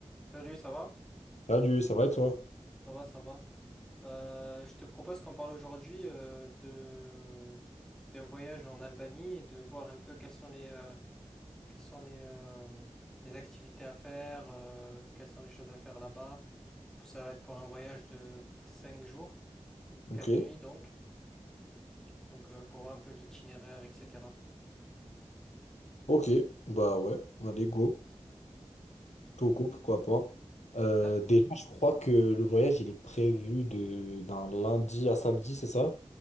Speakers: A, in the centre; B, on the left.
A: Salut, ça va?
B: Salut, ça va et toi?
A: Ça va, ça va. Euh, je te propose qu'on parle aujourd'hui euh, de d'un voyage en Albanie et de voir un peu quelles sont les euh, quelles sont les euh, les activités à faire, euh, quelles sont les choses à faire là-bas. Ça va être pour un voyage de 5 jours,
B: Ok,
A: 4 nuits donc. Donc euh, pour voir un peu l'itinéraire, etc.
B: ok, bah ouais, allez, go. Togo, pourquoi pas. Euh,
A: Euh,
B: déjà, je crois que le voyage, il est prévu de d'un lundi à samedi, c'est ça?